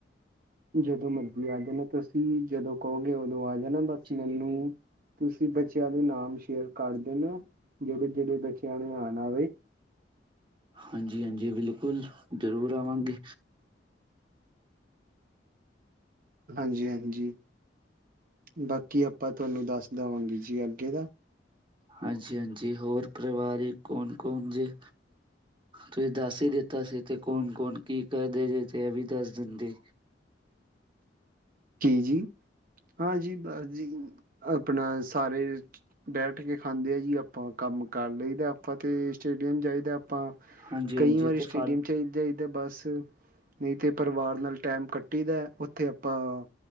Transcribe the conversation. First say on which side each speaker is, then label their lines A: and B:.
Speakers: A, on the right (about 50°); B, on the right (about 25°).
A: ਜਦੋਂ ਮਰਜ਼ੀ ਆ ਜਾਣਾ, ਤੁਸੀਂ ਜਦੋਂ ਕਹੋਗੇ ਉਦੋਂ ਆ ਜਾਣਾ, ਬਸ
B: ਠੀਕ
A: ਮੈਨੂੰ
B: ਹੈ
A: ਤੁਸੀਂ ਬੱਚਿਆਂ ਦੇ ਨਾਮ ਸ਼ੇਅਰ ਕਰਦੇ ਨਾ, ਜਿਹੜੇ ਜਿਹੜੇ ਬੱਚਿਆਂ ਨੇ ਆਉਣਾ ਆਵੇ।
B: ਹਾਂਜੀ-ਹਾਂਜੀ ਬਿਲਕੁਲ, ਜ਼ਰੂਰ ਆਵਾਂਗੇ।
A: ਹਾਂਜੀ-ਹਾਂਜੀ, ਬਾਕੀ ਆਪਾਂ ਤੁਹਾਨੂੰ ਦੱਸ ਦੇਵਾਂਗੇ ਜੀ ਅੱਗੇ ਦਾ।
B: ਹਾਂਜੀ-ਹਾਂਜੀ, ਹੋਰ ਪਰਿਵਾਰ ਕੌਣ ਕੌਣ ਜੇ? ਤੁਸੀਂ ਦੱਸ ਹੀ ਦਿੱਤਾ ਸੀ, ਤੇ ਕੌਣ-ਕੌਣ ਕੀ ਕਰਦੇ ਜੇ, ਤੇ ਇਹ ਵੀ ਦੱਸ ਦਿੰਦੇ?
A: ਕੀ ਜੀ, ਹਾਂਜੀ ਭਾਜੀ ਆਪਣਾ ਸਾਰੇ- ਬੈਠ ਕੇ ਖਾਂਦੇ ਆ ਜੀ ਆਪਾਂ, ਕੰਮ ਕਰ ਲਈਦਾ। ਆਪਾਂ ਤੇ ਸਟੇਡੀਅਮ ਜਾਈਦਾ ਆਪਾਂ,
B: ਹਾਂਜੀ
A: ਕਈ
B: ਹਾਂਜੀ
A: ਵਾਰੀ
B: ਤੇ
A: ਸਟੇਡੀਅਮ
B: ਫਾ
A: 'ਚ ਜਾਈਦਾ ਬਸ ਨਹੀਂ ਤੇ ਪਰਿਵਾਰ ਨਾਲ ਟੈਮ ਕੱਟੀ ਦਾ, ਉੱਥੇ ਆਪਾਂ